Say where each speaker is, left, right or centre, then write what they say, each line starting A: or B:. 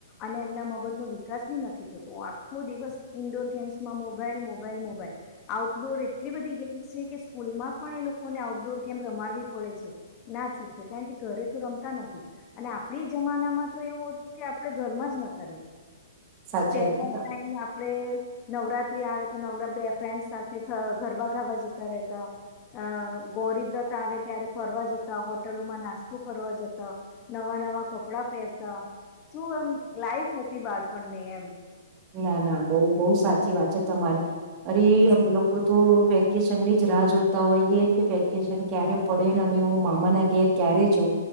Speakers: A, on the left; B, on the right.
A: અને એમના મગજ નો વિકાસ બી નથી થતો આખો દિવસ ઈન્ડોર ગેમ્સમાં મોબાઈલ મોબાઈલ મોબાઈલ આઉટડોર એટલી બધી ગેમ. છે કે સ્કૂલમાં પણ એ લોકોને આઉટડોર ગેમ રમાડવી પડે છે ના છૂટકે કારણ કે ઘરે તો રમતા નથી અને આપડી જમાનામાં તો એવું હતું કે આપણે ઘરમાં જ નતા ર.
B: સાચી
A: પલા
B: વાત
A: સાઈજ આપડે. નવરાત્રી આવે તો નવરા બે ફ્રેન્ડ સાથે ગરબા ગાવા જતા. તા અ ગૌરી વ્રત આવે ત્યારે ફરવા જતા હોટલોમાં નાસ્તો ફરવા જતા નવા નવા કપડા પહેરતા. તું એમ લાઈફ. બાળપણ ને એમ.
B: ના ના બહુ બઉ સાચું. સાચી વાત છે તમારી અરે અમે લોકો તો વેકેશન ની જ રાહ જોતા હોઈએ કે વેકેશન ક્યારે પડે ને અમે હું મામાના ઘેર ક્યારે જોઉ.